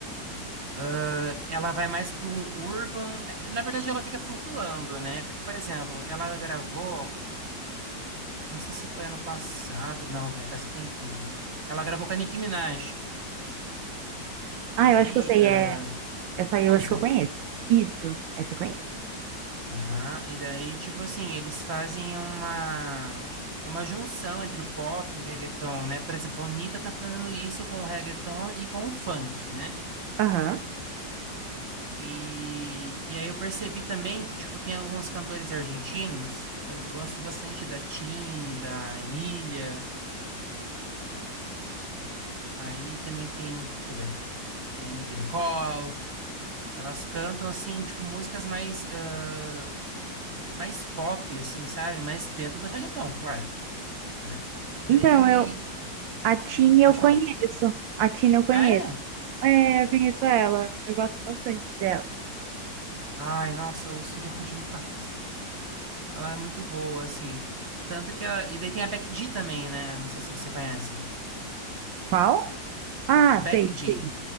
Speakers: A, on the right (about 35°); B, on the right (about 80°).
A: Ah, ela vai mais para um urban. eh, Na verdade, ela fica flutuando, né? Porque, por exemplo, ela gravou. Não sei se foi ano passado. Não, já faz um tempinho. Ela gravou com a Nicki Minaj.
B: Ah,
A: Aí,
B: eu acho que eu sei,
A: eh,
B: é essa aí
A: Tusa.
B: eu acho que eu conheço. Isso, essa eu conheço.
A: Aham. E daí, tipo assim, eles fazem uma, uma junção entre o pop e o reggaeton, né? Por exemplo, a Anitta tá fazendo isso com o reggaeton e com o funk, né?
B: Aham.
A: E, e aí eu percebi também que, tipo, tem alguns cantores argentinos. Eu gosto bastante da Tini, da Emília. Aí também tem, deixa eu ver, tem a Nica Nicole. Elas cantam, assim, tipo, músicas mais, ah, mais pop, assim, sabe? Mas dentro do reggaeton, claro, né? E
B: Então,
A: daí...
B: eu a Tini eu
A: Pode
B: conheço.
A: falar.
B: A Tini eu conheço.
A: Ah, é?
B: É, eu conheço ela. Eu gosto bastante dela.
A: Ai, nossa, eu ouço de ela <laughs> demais. Ela é muito boa, assim. Tanto que ela... E daí tem a Becky G também, né? Não sei se você conhece.
B: Qual? Ah,
A: Becky
B: sei,
A: G.
B: sei.